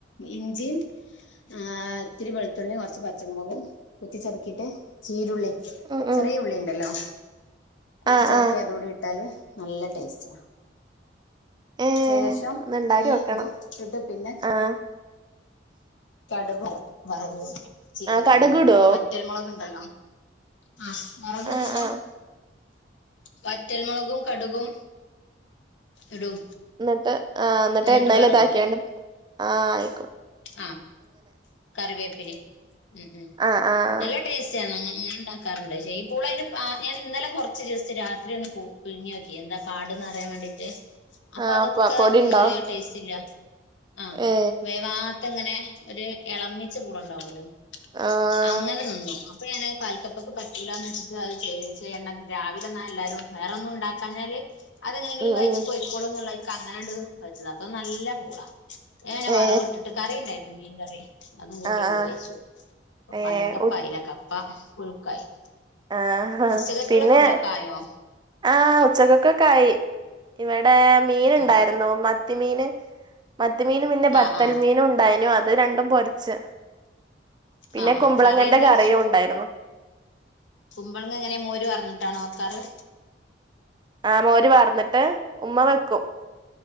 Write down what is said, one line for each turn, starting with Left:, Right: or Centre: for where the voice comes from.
Left: ഇഞ്ചീം ആഹ് ഇത്തിരി വെളുത്തുള്ളീം കൊറച്ച് പച്ചമുളകും കുത്തിചതക്കിട്ട് ചീരുള്ളീ
Right: ഉം ഉം
Left: ചെറിയ ഉള്ളിണ്ടല്ലോ കൂത്തിച്ചതക്കി
Right: ആഹ് ആഹ്
Left: അതൂടി ഇട്ടാല് നല്ല ടേസ്റ്റാ
Right: ഏ
Left: ശേഷം
Right: ഒന്ന് ഇണ്ടാക്കി
Left: ഈ
Right: നോക്കണം
Left: തും ഇട്ട്ട്ട് പിന്നെ
Right: ആഹ്
Left: കടുക് വർ വറവൂടാ ച്ച്
Right: ആ
Left: ഈ
Right: കടുകിടോ
Left: വറ്റൽമൊളക്ണ്ടല്ലോ ആഹ് മൊളക്ടുമ്പോ
Right: ആഹ് ആഹ്
Left: വറ്റൽമൊളകും കട്കും ഇടും
Right: ന്ന് ട്ട് ആഹ് ന്ന്ട്ട്
Left: എന്നിട്ട്
Right: എണ്ണേല്
Left: വറവിടുക
Right: താക്ക്യാണ്ട് ആഹ് ആയിക്കോ
Left: ആഹ് കറിവേപ്പിലീം ഉം ഉം
Right: ആഹ് ആഹ്
Left: നല്ല ട്ടേസ്റ്റാ ഞങ്ങള് ണ്ടാക്കാറ്ണ്ട് ശെഈ പൂള അഹ്ന് ഞാനിന്നലെ കൊറച്ച് ജസ്റ്റ് രാത്രി ഒന്ന് പോ പുഴുങ്ങിയോക്കി എന്താ പാട്ന്ന് അറിയാൻ വേണ്ടീട്ട് അപ്പൊ
Right: ആഹ്
Left: അതൊക്കെ
Right: പൊ പൊടി ഉണ്ടോ
Left: ഒരു ടേസ്റ്റ്ല്ല ആഹ്
Right: ഏ
Left: വേവാ അത് ങ്ങനെ ഒരു എളമിച്ച പൂളണ്ടാവോലോ
Right: ആഹ്
Left: അങ്ങനെ നിന്നു അപ്പൊ ഞാനത് പാൽക്കപ്പക്ക് പറ്റൂലാന്ന് ച്ച്ട്ട് അത് ചെയ്യേണ്ട രാവിലെ ന്നാ എല്ലാരും വേറൊന്നുംണ്ടാക്കാഞ്ഞാല് അതെങ്ങനെങ്കിലും
Right: ഉം
Left: കഴിച്ചു
Right: ഉം
Left: പൊയിക്കോളും ന്നുള്ള നെലക്ക് അങ്ങനണ്ട് വെച്ചതാ അപ്പൊ നല്ല പൂളാ എങ്ങനെ വറവിട്ടിട്ട്
Right: ഏ
Left: കറിണ്ടായിരുന്നു മീൻ കറി അതും കൂട്ടി
Right: ആഹ്
Left: അങ്ങോട്ട്
Right: ആഹ്
Left: കഴിച്ചു അപ്പൊ
Right: ഏ
Left: പാൽകപ്പായി
Right: ഉ
Left: പിന്നെ കപ്പ പുഴുക്കായി
Right: ആഹ്
Left: ഉച്ചക്കക്കുള്ള
Right: പിന്നെ
Left: ഫുഡൊക്കെ ആയോ
Right: ആഹ് ഉച്ചക്കക്കൊക്കായി ഇവിടെ മീന്ണ്ടായിരുന്നു
Left: ആ
Right: മത്തിമീന് മത്തി മീനും പിന്നെ ബത്തൽ
Left: ആ ആ
Right: മീനും ഇണ്ടായിനു അത് രണ്ടും പൊരിച്ച്. പിന്നെ
Left: ആ ആ
Right: കുമ്പളങ്ങന്റെ
Left: കറി എന്ത്
Right: കറിയുണ്ടായിരുന്നു.
Left: വെച്ചു കുമ്പളങ്ങ എങ്ങനെ മോര് പാർന്ന്ട്ടാണോ വെക്കാറ്.
Right: ആ മോര് പാർന്ന്ട്ട് ഉമ്മ വെക്കും.